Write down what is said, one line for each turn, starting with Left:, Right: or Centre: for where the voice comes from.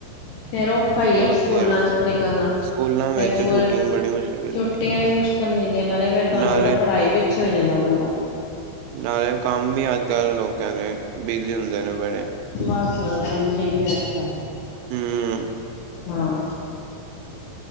Left: ਫੇਰ ਉਹ ਔਖਾ ਹੀ
Right: ਉਹ
Left: ਹੈ ਸਕੂਲਾਂ
Right: ਤੇ
Left: ਚੋਂ ਨਿਕਲਣਾ, ਫਿਰ
Right: ਸਕੂਲਾਂ ਵਿੱਚ
Left: ਪੂਰੇ,
Right: ਛੁੱਟੀ ਬੜੀ ਮੁਸ਼ਕਿਲ ਮਿਲਦੀ
Left: ਛੁੱਟੀਆਂ ਈ ਮੁਸ਼ਕਲ ਕਮੀਂ ਦੇ ਨਾਲੇ ਫੇਰ ਤੁਹਾਨੂੰ
Right: ਨਾਲੇ
Left: ਪਤਾ ਪੜ੍ਹਾਈ ਵੀ ਪਿੱਛੇ ਹੋ ਜਾਂਦਾ ਬੰਦਾ।
Right: ਨਾਲੇ ਕੰਮ ਵੀ ਅੱਜਕੱਲ ਲੋਕਾਂ ਦੇ ਬਿਜ਼ੀ ਹੁੰਦੇ ਨੇ ਬੜੇ।
Left: ਬਸ ਇੰਝ ਈ ਏ ਅੱਜਕੱਲ
Right: ਹਮ
Left: ਹਾਂ।